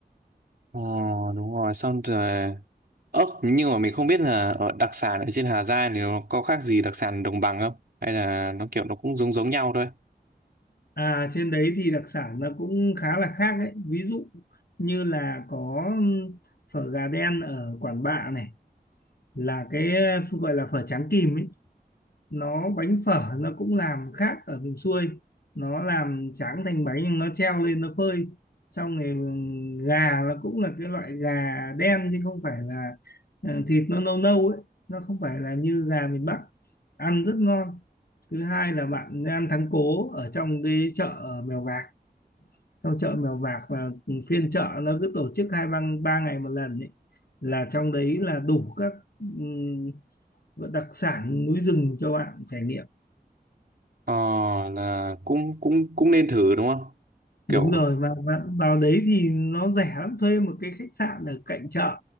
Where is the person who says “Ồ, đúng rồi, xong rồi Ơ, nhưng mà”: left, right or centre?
Right